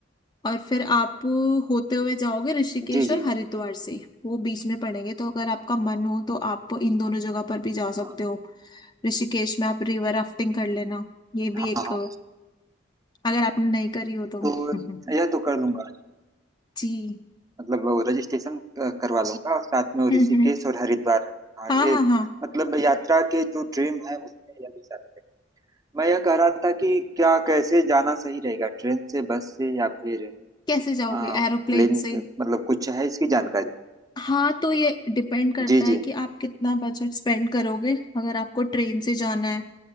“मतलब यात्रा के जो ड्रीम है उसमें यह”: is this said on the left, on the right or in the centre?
Right